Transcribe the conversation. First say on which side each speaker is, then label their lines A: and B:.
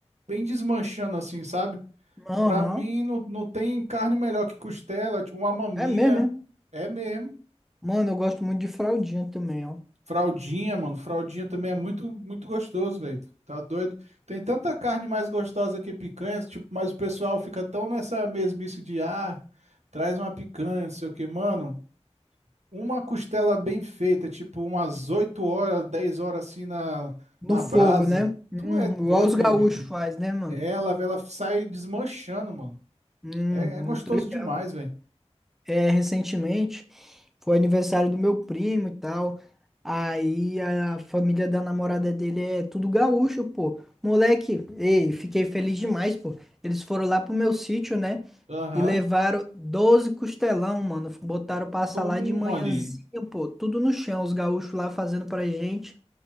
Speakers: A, on the right; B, in the centre.
A: Bem desmanchando, assim, sabe?
B: Aham.
A: Pra mim, não, não tem carne melhor que costela. Tipo, uma maminha.
B: É mesmo, é?
A: É mesmo.
B: Mano, eu gosto muito de fraldinha também, ó.
A: Fraldinha, mano. Fraldinha também é muito, muito gostoso, velho. Tá doido? Tem tanta carne mais gostosa que picanha, tipo, mas o pessoal fica tão nessa mesmice de, ah, traz uma picanha, não sei o que, mano. Uma costela bem feita, tipo, umas 8 horas, 10 horas assim na,
B: No
A: na
B: fogo,
A: brasa.
B: né?
A: Tu
B: Hum,
A: é doido,
B: igual os gaúchos
A: meu amigo.
B: faz, né, mano?
A: Ela, ela sai desmanchando, mano.
B: Hum,
A: É, é gostoso
B: eu tô ligado.
A: demais, velho.
B: É, recentemente foi aniversário do meu primo e tal. Aí a família da namorada dele é tudo gaúcho, pô. Moleque, ei, fiquei feliz demais, pô. Eles foram lá pro meu sítio, né?
A: Aham.
B: E levaram 12 costelão, mano. Botaram pra assar
A: Toma
B: lá de manhãzinha,
A: ali.
B: pô. Tudo no chão, os gaúchos lá fazendo pra gente.